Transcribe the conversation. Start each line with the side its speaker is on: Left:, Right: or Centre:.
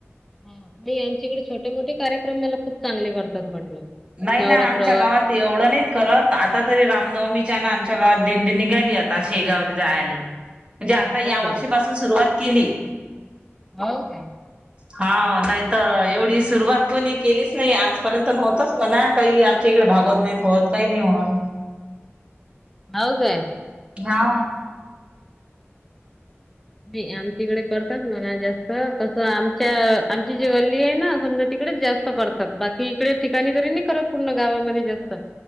Centre: हा ते आमच्याकडे छोटे मोठे कार्यक्रमाला खूप चांगले करतात म्हटलं
Right: नाही
Centre: नवरात्र
Right: ना आमच्या गावात एवढं नाही करत आता तरी रामनवमीच्या ना आमच्या गावात दिंडी निघाली आता शेगावला जायले म्हणजे आता या
Centre: हो
Right: वर्षीपासून
Centre: काय?
Right: सुरुवात केली
Centre: हो काय
Right: हा नाही तर एवढी सुरुवात कोणी केलीच नाही आजपर्यंत नव्हतच ना काही आमच्या इकडे भागवत नाहीत होत काही नाही होत
Centre: हो काय
Right: हा
Centre: नाही आमच्या इकडे करतात म्हणा जास्त कसं आमच्या आमची जी गल्ली आहे ना समजा तिकडेच जास्त करतात बाकी इकडे ठिकाणी तरी नाही करत पूर्ण गावामध्ये जास्त